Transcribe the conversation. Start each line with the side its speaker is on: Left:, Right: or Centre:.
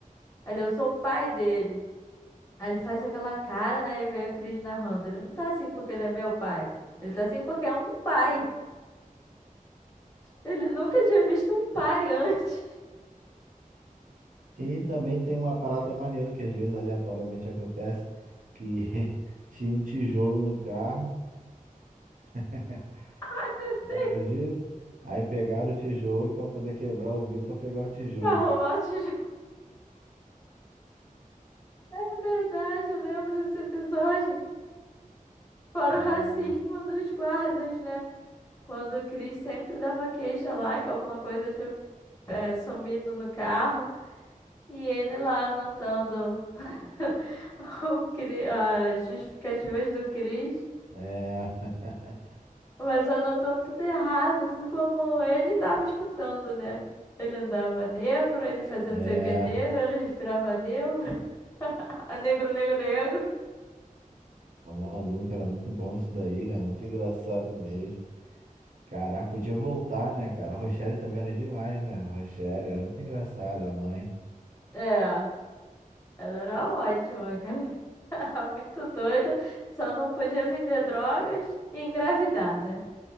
Left: Ele, eu sou o pai dele. Aí ele faz aquela cara, né, e vem o Chris narrando. Ele não tá assim porque ele é meu pai. Ele tá assim porque é um pai. Ele nunca tinha visto um pai antes.
Right: E também tem uma parada maneira que às vezes aleatoriamente acontece, que <laughs> tinha um tijolo no carro. <laughs>
Left: <laughs>
Right: Lembra disso? Aí pegaram o tijolo para poder quebrar o vidro para pegar o tijolo.
Left: Pra roubar o tijolo. É verdade, eu lembro desse episódio. Fora
Right: Ah,
Left: o racismo dos guardas, né? Quando o Chris sempre dava queixa lá que alguma coisa tinha é, sumido no carro e ele lá anotando <laughs> o Cri- as justificativas do Chris,
Right: É. é. <laughs>
Left: mas anotando tudo errado, tudo como ele tava escutando, né? Ele andava negro, ele fazia
Right: É.
Left: não sei o que negro, ele respirava negro, <laughs> a negro, negro, negro.
Right: Tá maluco, era muito bom isso daí, né? Muito engraçado mesmo. Caraca, podia voltar, né, cara? A Rochelle também era demais, né? A Rochelle era muito engraçada, a mãe.
Left: É, ela era ótima, cara. <laughs> Muito doida, só não podia vender drogas e engravidar, né?